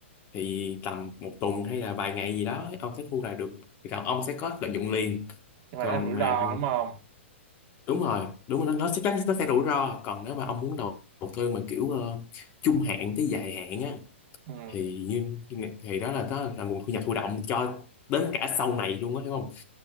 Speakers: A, on the left; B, on the right.
A: thì tầm một tuần hay là vài ngày gì đó ông sẽ thu lại được thì còn ông sẽ có lợi nhuận liền
B: nhưng
A: còn
B: mà nó rủi
A: mà
B: ro đúng không?
A: đúng rồi đúng rồi nó, nó sẽ chắc nó sẽ rủi ro còn nếu mà ông muốn đầu, đầu tư mà kiểu ờ, trung hạn tới dài hạn á
B: Ừ,
A: thì như thì đó là đó là nguồn thu nhập thụ động cho đến cả sau này luôn á hiểu không